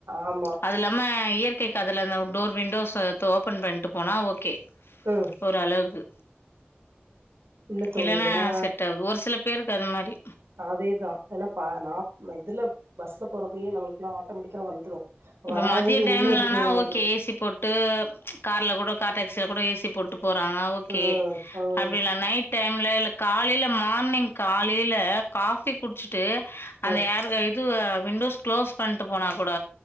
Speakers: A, on the right (about 80°); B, on the left (about 70°).
A: ஆமா
B: அது இல்லாம இயற் கேகாதுல அந்த டோர் விண்டோஸ்ஸ ஓபன் பண்ட்டு போனா ஓகே
A: ம்
B: ஒரு அளவுக்கு
A: இல்ல தோழி
B: இல்லன்னா
A: ஏன்னா
B: செட் ஆகுது ஒரு சில பேருக்கு அது மாரி
A: அதேதா ஏன்னா ப நா இதுல பஸ்ல போறப்பயே நம்மளுக்குல்லா ஆட்டோமெட்டிக்க வந்துரு
B: இப்ப
A: வராதது
B: மதிய டைம்லனா
A: உள்ள இருந்து வந்துரு
B: ஓகே ஏ சி போட் ட்டு கார்ல கூட கார் டாக்ஸில கூட ஏ சி போட்டு போறாங்க ஓகே
A: ம் ம்
B: அப்டில்ல நை டைம்ல இல்ல காலையில மார்னிங் காலையில காஃபி குட்சுட்டு அந்த
A: ம்
B: ஏர் இது விண்டோஸ் க்ளோஸ் பண்ணிட்டு போனா கூட